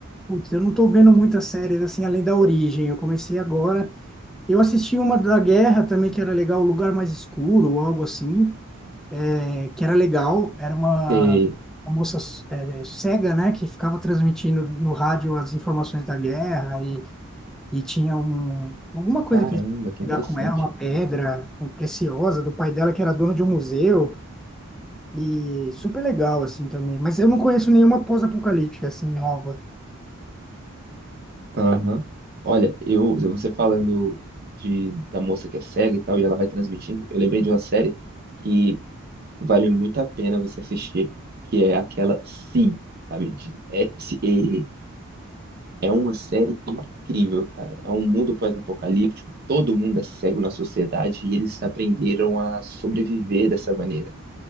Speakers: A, in the centre; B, on the right.
A: Putz, eu não tô vendo muitas séries assim além da Origem. Eu comecei agora. Eu assisti uma da Guerra também que era legal, O Lugar Mais Escuro ou algo assim, é, que era legal. Era uma,
B: Sei.
A: uma moça é, cega, né, que ficava transmitindo no rádio as informações da guerra e, e tinha um, alguma coisa
B: Caramba,
A: que eles
B: que
A: pegar
B: interessante.
A: com ela, uma pedra preciosa do pai dela que era dono de um museu e super legal assim também. Mas eu não conheço nenhuma pós-apocalíptica assim nova.
B: Aham. Olha, eu, você falando de, da moça que é cega e tal, e ela vai transmitindo, eu lembrei de uma série que vale muito a pena você assistir, que é aquela Si, sabe, de S-E-E. É uma série incrível, cara. É um mundo pós-apocalíptico, todo mundo é cego na sociedade e eles aprenderam a sobreviver dessa maneira,